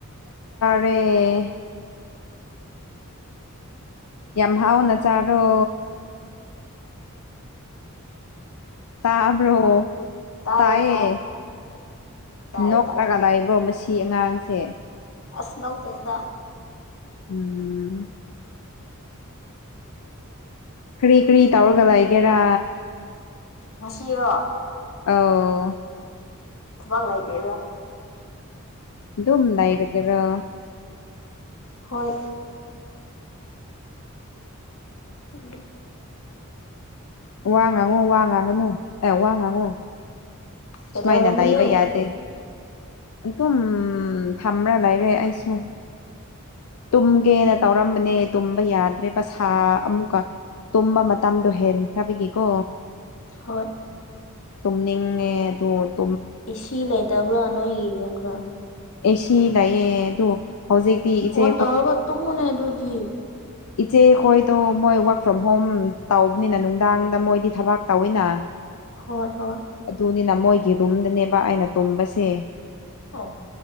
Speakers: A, on the left; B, on the left.
A: ꯇꯦ ꯌꯦꯦꯝꯍꯥꯎꯅ ꯆꯥꯔꯣ ꯇꯥꯕ꯭ꯔꯣ
B: ꯇꯥꯏꯌꯦ
A: ꯇꯌꯦ
B: ꯇꯥꯏꯌꯦ ꯇꯥꯏꯌꯦ
A: ꯅꯣꯛꯂꯒ
B: ꯇꯥꯏ
A: ꯂꯥꯛꯕ꯭ꯔꯣ ꯃꯁꯤ ꯑꯉꯥꯡꯁꯦ
B: ꯑꯁꯅꯝ ꯄꯦꯗꯥ
A: ꯎꯝ ꯀꯔꯤ ꯀꯔꯤ ꯇꯧꯔꯒ ꯂꯩꯒꯦꯔꯥ
B: ꯃꯁꯤꯔꯣ
A: ꯑꯎ
B: ꯊꯕꯥꯛ ꯂꯥꯏꯇꯦ ꯗꯥꯥ
A: ꯑꯗꯨꯝ ꯂꯥꯏꯔꯒꯦꯔꯣ
B: ꯍꯣꯏ ꯎꯝ
A: ꯋꯥ ꯉꯥꯡꯉꯨ ꯋꯥ ꯉꯥꯡꯒꯅꯨ ꯑꯦ ꯋꯥ ꯉꯥꯡꯉꯨ
B: ꯀꯩꯗꯧꯔꯝꯃꯤꯅꯣ
A: ꯁꯨꯃꯥꯏꯅ ꯂꯏꯕ ꯌꯥꯗꯦ ꯑꯗꯨꯝ ꯐꯝꯕ꯭ꯔꯥ ꯂꯩꯔꯦ ꯑꯩꯁꯨ ꯇꯨꯝꯒꯦꯅ ꯇꯧꯔꯝꯕꯅꯦ ꯇꯨꯝꯕ ꯌꯥꯗ꯭ꯔꯦ ꯄꯩꯁꯥ ꯑꯃꯨꯛꯀ ꯇꯨꯝꯕ ꯃꯇꯝꯗꯣ ꯍꯦꯟꯈ꯭ꯔꯕꯒꯤꯀꯣ
B: ꯍꯣꯏ
A: ꯇꯨꯝꯅꯤꯡꯉꯦ ꯑꯗꯨꯕꯨ
B: ꯑꯦꯁꯤ ꯂꯩꯇꯕ꯭ꯔꯥ ꯅꯣꯏꯒꯤ ꯌꯨꯝꯔꯥ
A: ꯑꯦꯁꯤ ꯂꯩꯌꯦ ꯑꯗꯨ ꯍꯧꯖꯤꯛꯇꯤ ꯏꯆꯦ
B: ꯑꯣꯟ ꯇꯔꯒ ꯇꯨ ꯃꯨꯅꯦ ꯑꯗꯨꯙꯤ
A: ꯏꯆꯦꯈꯣꯏꯗꯣ ꯃꯣꯏ ꯋꯔꯛ ꯐ꯭ꯔꯣꯝ ꯍꯣꯝ ꯇꯧꯕꯅꯤꯅ ꯅꯨꯡꯗꯥꯡꯗ ꯃꯣꯏꯗꯤ ꯊꯕꯥꯛ ꯇꯧꯋꯤꯅ
B: ꯍꯣꯏ ꯍꯣꯏ
A: ꯑꯗꯨꯅꯤꯅ ꯃꯣꯏꯒꯤ ꯔꯨꯝꯗꯅꯦꯕ ꯑꯩꯅ ꯇꯨꯝꯕꯁꯦ
B: ꯑꯣ